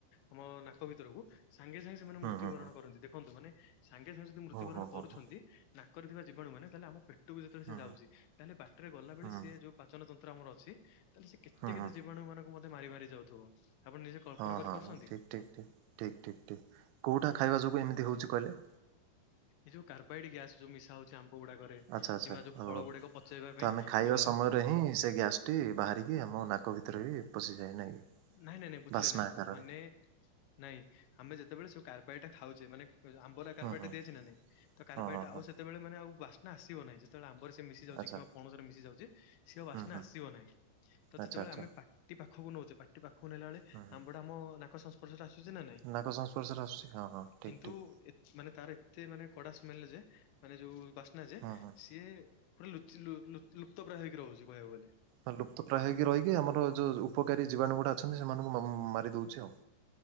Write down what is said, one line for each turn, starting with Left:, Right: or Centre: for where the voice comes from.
Left: ଆମ ନାକ ଭିତରକୁ ସାଙ୍ଗେ ସାଙ୍ଗେ ସେମାନେ
Right: ହୁଁ
Left: ମୃତ୍ୟୁବରଣ
Right: ହୁଁ ହୁଁ
Left: କରନ୍ତି ଦେଖନ୍ତୁ ମାନେ ସାଙ୍ଗେ ସାଙ୍ଗେ ଯଦି ମୃତ୍ୟୁବରଣ
Right: ହଉ ହଉ
Left: କରୁଛନ୍ତି।
Right: ହଉ
Left: କରିଥିବା ଜୀବାଣୁ ମାନେ ତାହେଲେ ଆମ ପେଟକୁ ଯେତେବେଳେ
Right: ହୁଁ
Left: ସେ ଯାଉଛି। ତାହେଲେ ବାଟରେ ଗଲାବେଳେ
Right: ହୁଁ
Left: ସିଏ ଯୋଉ ପାଚନ ତନ୍ତ୍ର ଆମର ଅଛି ତାହେଲେ ସେ କେତେ
Right: ହୁଁ ହୁଁ
Left: କେତେ ଜୀବାଣୁ ମାନଙ୍କୁ ମ ମାରି ମାରି ଯାଉଥିବ। ଆପଣ ନିଜେ କଳ୍ପନା
Right: ହଁ
Left: କରିପାରୁଛନ୍ତି?
Right: ହଁ ହଁ ଠିକ୍ ଠିକ୍ ଠିକ୍ ଠିକ୍ ଠିକ୍ ଠିକ୍ କଉଟା ଖାଇବା ଯୋଗୁଁ ଏମିତି ହଉଛି କହିଲେ?
Left: ଏ ଯଉ କାର୍ବାଇଡ୍ ଗ୍ୟାସ୍ ଯୋଉ ମିଶା ହଉଛି ଆମ୍ବ ଗୁଡାକରେ
Right: ଆଚ୍ଛା
Left: କିମ୍ବା
Right: ଆଚ୍ଛା
Left: ଯୋଉ
Right: ହଉ
Left: ଫଳ
Right: ହଉ।
Left: ଗୁଡାକ ପଚେଇବା
Right: ତ
Left: ପାଇଁ
Right: ଆମେ
Left: ଯୋଉ
Right: ଖାଇବା ସମୟରେ ସେ ଗ୍ୟାସ ବାହାରିକି ଆମ ନାକ ଭିତରେ ବି ପଶଯାଏ ନାଇଁ। କି?
Left: ନାହିଁ ନାହିଁ ନାହିଁ ବୁଝିଲେନି
Right: ବାସ୍ନା
Left: ଆପଣ
Right: ଆକାରରେ
Left: ମାନେ। ନାଇଁ ଆମେ ଯେତେବେଳେ ସବୁ କାରବାଇଟ ଖାଉଛେ ମାନେ ଆ <unintelligible> କାର୍ବାଇଡ
Right: ହୁଁ ହୁଁ
Left: ଟା ଦେଇଛି ନା ନାଇଁ ତ କାର୍ବାଇଡ
Right: ହଁ ହଁ
Left: ଆଉ
Right: ହଁ
Left: ସେତେବେଳେ ମାନେ ଆଉ ବାସ୍ନା ଆସିବ ନାହିଁ ଯେ ଯେତେବେଳେ ଆମ୍ବରେ ସେ ମିଶି ଯାଉଛି
Right: ଆଚ୍ଛା
Left: କିମ୍ବା ପଣସରେ ମିଶି ଯାଉଛି ସେ ବାସ୍ନା
Right: ହୁଁ ହୁଁ
Left: ଆସିବ ନାହିଁ ତ
Right: ଆଚ୍ଛା
Left: ଯେତେବେଳେ
Right: ଆଚ୍ଛା।
Left: ଆମେ ପା ପାଖକୁ ନଉଛେ ପାଟି ପାଖକୁ ନେଲା ବେଳେ
Right: ହୁଁ ହୁଁ
Left: ଆମ୍ବ ଟା ଆମ ନାକ ଶ ଆସୁଛି ନା ନାଇଁ
Right: ନାକ ସଂସ୍ପର୍ଶରେ ଆସୁଛି ହଁ ହଁ ଠିକ୍
Left: କିନ୍ତୁ
Right: ଠିକ୍
Left: ଏ ମାନେ ତାର ଏତେ ମାନେ କଡା ସ୍ମେଲ ଯେ ମାନେ ଯୋଉ ବାସ୍ନା ଯେ
Right: ହୁଁ ହୁଁ।
Left: ସିଏ ପୁରା ଲୁଚି ଲୁ ଲୁପ୍ତ ପ୍ରାୟ ହେଇକି ରହୁଛି କହିବାକୁ ଗଲେ।
Right: ହଁ ଲୁପ୍ତ ପ୍ର୍ରାୟ ହେଇକି ରହିକି ଆମର ଯୋଉ ଉପକାରୀ ଜୀବାଣୁ ଗୁଡା ଅଛନ୍ତି ସେମାନଙ୍କୁ ମ ମାରି ଦଉଛି ଆଉ।